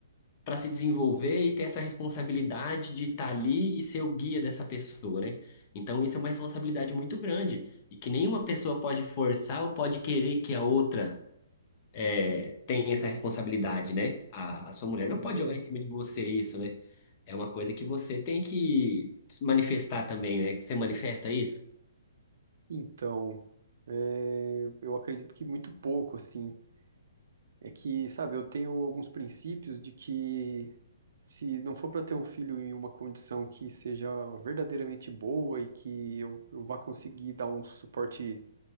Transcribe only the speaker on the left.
para se desenvolver e ter essa responsabilidade de estar ali e ser o guia dessa pessoa, né? Então isso é uma responsabilidade muito grande e que nenhuma pessoa pode forçar ou pode querer que a outra é, tenha essa responsabilidade, né? A, a sua mulher
não pode
jogar em cima de você isso, né? É uma coisa que você tem que manifestar também, né? Você manifesta isso?